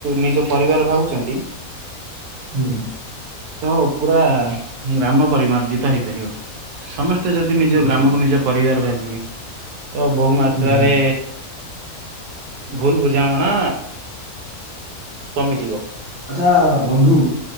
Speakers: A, on the right; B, on the right.
A: ନିଜ ପରିବାର ଭାବୁଛନ୍ତି
B: ହୁଁ
A: ତ ପୁରା ଗ୍ରାମ ପରିମାର୍ଜିତ ହେଇପାରିବ ସମସ୍ତେ ତ ଯଦି ନିଜ
B: ଆଚ୍ଛା
A: ଗ୍ରାମକୁ ନିଜ ପରିବାର ଭାବିବେ ତ ବହୁ
B: ଆଚ୍ଛା
A: ମାତ୍ରାରେ ଭୁଲ ବୁଝାମଣା କମିଯିବ।
B: ଆଚ୍ଛା ବନ୍ଧୁ